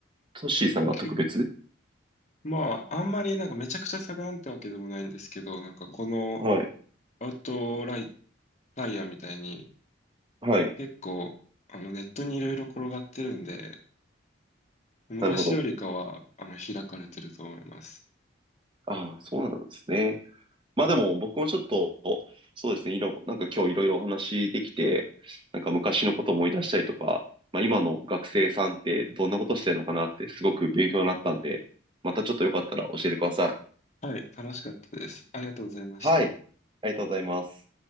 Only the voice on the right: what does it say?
トッシーさんが特別
はい。
はい。
なるほど。ああ、そうなんですね。まあでも僕もちょっと、そうですね、いろ、なんか今日いろいろお話できて、なんか昔のことを思い出したりとか、まあ今の学生さんってどんなことしてるのかなってすごく勉強になったんで、またちょっとよかったら教えてくださ
い。はい。ありがとうございます。